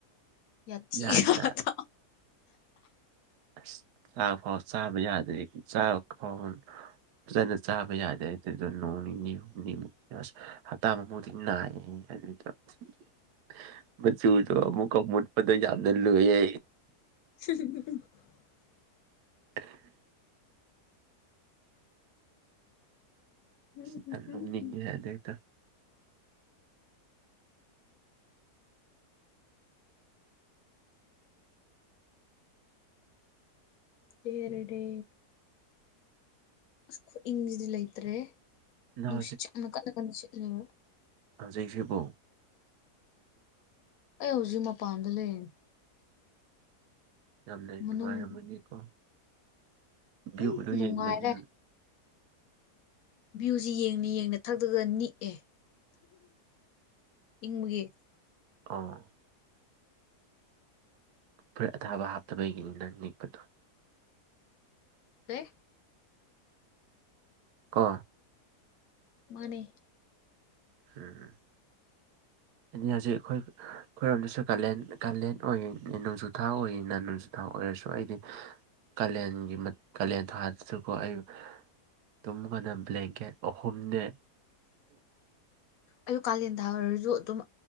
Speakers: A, on the left; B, on the right.
A: ꯌꯥꯊꯤꯉꯥꯇ
B: ꯌꯥꯝꯅ ꯑꯁ ꯆꯥꯛ ꯐꯥꯎ ꯆꯥꯕ ꯌꯥꯗꯦ ꯆꯥ ꯐꯥꯎ ꯐꯖꯅ ꯆꯥꯕ ꯌꯥꯗꯦ ꯑꯗꯨꯗ ꯅꯣꯡ ꯅꯤꯅꯤ ꯍꯨꯝꯅꯤꯃꯨꯛꯛꯇ ꯑꯁ ꯍꯞꯇꯥ ꯑꯃꯕꯨꯨꯗꯤꯛ ꯅꯥꯏꯌꯦ ꯫ <unintelligible>
A: <inaudible>
B: ꯃꯆꯨ ꯗꯣ ꯑꯃꯨꯛꯀ ꯃꯨꯠꯄꯗꯌꯥꯝꯅ ꯂꯨꯏ
A: <unintelligible>
B: <unintelligible>
A: ꯎꯝ
B: ꯁꯤ ꯌꯥꯝ
A: ꯍꯝ
B: ꯂꯧꯝꯅꯤꯡꯉꯦ
A: ꯍꯝ
B: ꯑꯗꯩꯗ
A: ꯆꯦꯔꯔꯦ ꯈꯨꯏꯪꯁꯤꯗꯤ ꯂꯩꯇꯔꯦꯍꯦ
B: ꯅꯪ
A: ꯅꯨꯡꯁꯠꯁꯦ ꯌꯥꯝ ꯀꯟꯅ ꯀꯟꯅ ꯁꯤꯠꯂꯦꯕ
B: ꯍꯧꯖꯤꯛ ꯁꯤꯠꯄꯔꯣ
A: ꯑꯩ ꯍꯧꯖꯤꯛ ꯃꯄꯥꯟꯗ ꯂꯩꯔꯤꯅꯤ
B: ꯌꯥꯝꯅ ꯅꯨꯡꯉꯥꯏꯔꯝꯃꯅꯤꯀꯣ
A: ꯃꯅꯨꯡ
B: ꯨꯚꯏꯒꯗꯣ
A: ꯎꯝ ꯅꯨꯡꯉꯥꯏꯔꯦ
B: ꯌꯦꯡꯕꯅ
A: ꯚ꯭ꯌꯨꯁꯤ ꯌꯦꯡꯅ ꯌꯦꯡꯅ ꯊꯛꯇꯒ ꯅꯤꯛꯑꯦ ꯏꯪꯕꯒꯤ
B: ꯑꯥ ꯐꯨꯔꯤꯠ ꯑꯊꯥꯕ ꯍꯥꯞꯇꯕꯒꯤꯅꯤ ꯅꯪ ꯅꯤꯛꯄꯗꯣ
A: ꯑꯦ
B: ꯀꯣ
A: ꯃꯥꯅꯦ
B: ꯎꯝ
A: <inaudible>
B: ꯑ ꯍꯧꯖꯤꯛ ꯑꯩꯈꯣꯏ ꯑꯩꯈꯣꯏꯔꯣꯝꯗꯁꯨ ꯀꯥꯂꯦꯟ ꯀꯥꯂꯦꯟ ꯑꯣꯏꯔꯤ ꯅꯣꯡꯖꯨꯊꯥ ꯑꯣꯏꯔꯤꯅ ꯅꯣꯡꯖꯨꯊꯥ ꯑꯣꯏ ꯑꯣꯏꯔꯁꯨ ꯑꯩꯗꯤ ꯀꯥꯂꯦꯟꯒꯤ ꯀꯥꯂꯦꯟ ꯊꯥꯥꯗꯁꯨꯀꯣ ꯑꯩ ꯇꯨꯝꯒꯅ ꯕ꯭ꯂꯦꯡꯀꯦꯠ ꯑꯍꯨꯝꯅꯦ
A: ꯑꯩ ꯀꯥꯂꯦꯟ ꯊꯥ ꯑꯣꯏꯔꯁꯨ ꯑꯗꯨꯝ